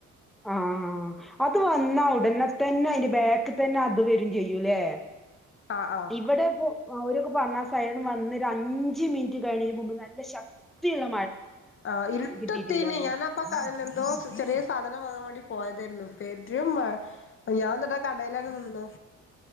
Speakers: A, in the centre; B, on the left (about 45°).
A: ആഹ് അത് വന്നാ ഉടനെ തന്നെ അതിന്റെ ബാക്ക് തന്നെ അത് വരും ചെയ്യൂലേ
B: ആഹ് ആഹ്
A: ഇവിടെ അവരൊക്കെ പറഞ്ഞാ സൈൺ വന്ന്ഒര് അഞ്ച് മിൻറ്റ് കഴിഞ്ഞതിന് മുമ്പ് നല്ല ശക്തിള്ള
B: ആ ഇരുട്ടത്തേനി
A: കിട്ടിയിട്ടില്ല
B: ഞാൻ അപ്പ കൽ എന്തോ ചെറിയ സാധനം വാങ്ങാൻ പോയതരുന്നു പേരും മഴ ഞാൻന്ന്ട്ടാ കടെലാണ് നിന്നു